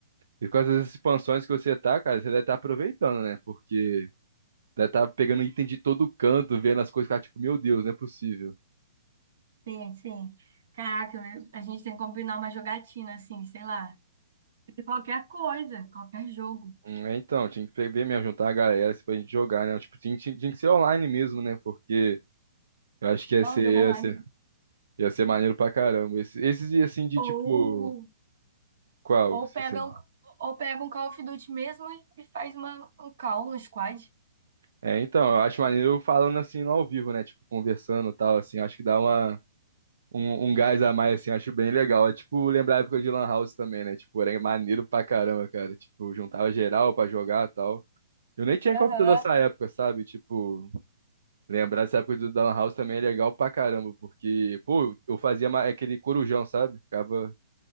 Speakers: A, on the right; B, on the right.
A: e com essas expansões que você tá, cara, você deve estar aproveitando, né? Porque deve estar pegando item de todo canto, vendo as coisas, cara, tipo, meu Deus, não é possível.
B: Sim, sim. Caraca, eu- a gente tem que combinar uma jogatina, assim, sei lá, de qualquer coisa, qualquer jogo.
A: Hum, é, Então, tinha que ver mesmo, juntar a galera assim, pra gente jogar, né? Tipo, tinha, tinha, tinha que ser online mesmo, né? Porque eu acho que ia
B: É
A: ser,
B: um jogo
A: ia
B: online.
A: ser, ia ser maneiro pra caramba. Esse- Esses, e assim de
B: Ou,
A: tipo. Qual?
B: ou
A: Você
B: pega
A: Assim?
B: um, ou pega um Call of Duty mesmo e e faz uma, um call, um squad.
A: É, então, eu acho maneiro falando assim no ao vivo, né? Tipo, conversando e tal, assim. Acho que dá uma, um, um gás a mais, assim. Acho bem legal. É tipo lembrar a época de Lan House também, né? Tipo, era maneiro pra caramba, cara. Tipo, juntava geral pra jogar e tal. Eu nem tinha
B: Aham.
A: computador nessa época, sabe? Tipo, Lembrar essa época do Down House também é legal pra caramba, porque, pô, eu fazia ma- aquele corujão, sabe? Ficava